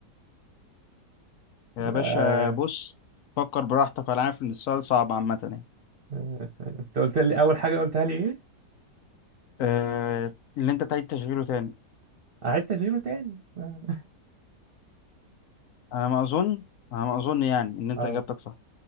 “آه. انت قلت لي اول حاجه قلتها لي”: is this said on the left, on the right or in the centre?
Right